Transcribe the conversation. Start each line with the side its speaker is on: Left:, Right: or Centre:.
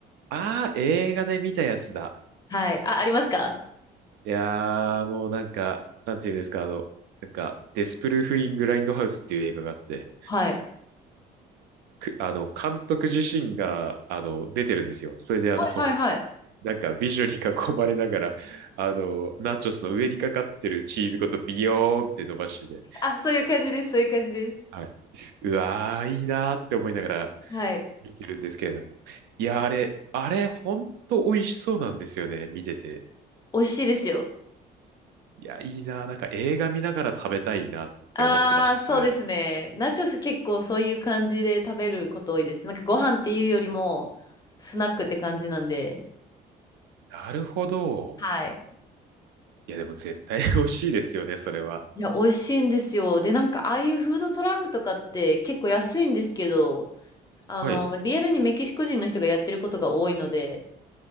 Right: あー、映画で見たやつだ。
Left: はい。あ、ありますか
Right: いやー、もうなんか、なんていうんですか、あの、なんか、デスプルーフ・イン・グラインドハウスっていう映画があって、
Left: はい。
Right: く、あの、監督自身が、あの、出てるんですよ。それであの、
Left: はい、はい、はい。
Right: なんか美女に囲まれながら、<laughs> あの、ナチョスの上にかかってるチーズごとビヨーンって伸ばしてて、
Left: あ、そういう感じです、そういう感じです。
Right: はい。<laughs> うわー、いいなーって思いながら
Left: はい。
Right: 見てるんですけれども。いやー、あれ、あれ、ほんと美味しそうなんですよね、見てて。
Left: 美味しいですよ。
Right: いや、いいなー、なんか映画見ながら食べたいなって思ってました、
Left: ああ、そうですね。
Right: それ。
Left: ナチョス結構そういう感じで食べること多いです。なんかご飯っていうよりも、スナックって感じなんで。
Right: なるほど。
Left: はい。
Right: いや、でも絶対美味しいですよね、それは。
Left: いや、美味しいんですよ。で、なんか、ああいうフードトラックとかって結構安いんですけど、あの、
Right: はい。
Left: リアルにメキシコ人の人がやってることが多いので、